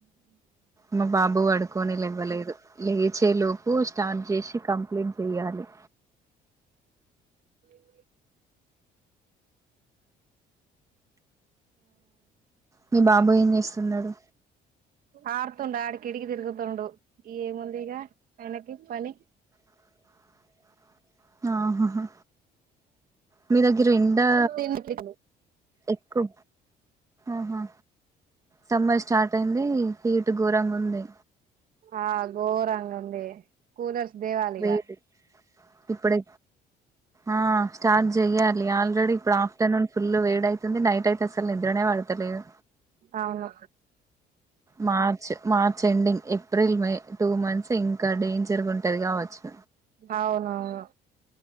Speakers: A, on the right (about 20°); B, on the right (about 55°).
A: మా బాబు వడుకొని ఇవ్వలేదు, లేచే లోపు సు. స్టార్ట్ చేసి కంప్లైంట్ జెయాలి.
B: <unintelligible> <inaudible>
A: మీ బాబు ఏం చేస్తున్నాడు
B: ఆడుతుండు ఆడికిడికి తిరుగుతుండు, ఏముంది ఇగ, ఆయనకి పని.
A: <unintelligible> ఆహాహా. మీ దగ్గర ఎండా,
B: తిండి
A: ఎక్కు. ఆహా సమ్మర్ స్టార్ట్ అయింది, హీట్ ఘోరంగా ఉంది.
B: ఆ గోరంగ ఉంది, కూలర్స్ దేవాలిగా.
A: వేడి ఇప్పుడే ఆ స్టార్ట్ జెయ్యాలి ఆల్రెడీ ఇప్పుడు ఆఫ్. ఆఫ్టర్నూన్ ఫుల్ వేడ్ అవుతుంది, నైట్ అయితే అసలు నిద్రనే వాడతలేదు.
B: అవును
A: March, March ending, April May, two months ఇంకా డేంజర్ గుంటది గవచ్చు.
B: అవునవును.